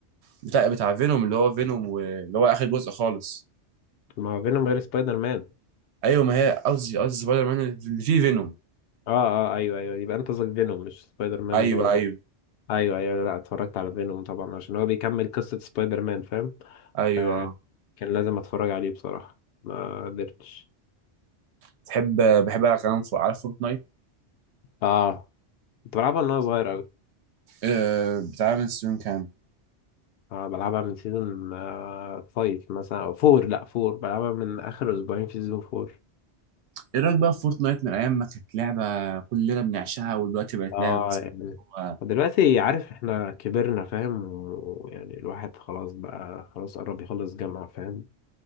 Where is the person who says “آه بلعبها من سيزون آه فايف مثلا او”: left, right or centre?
Left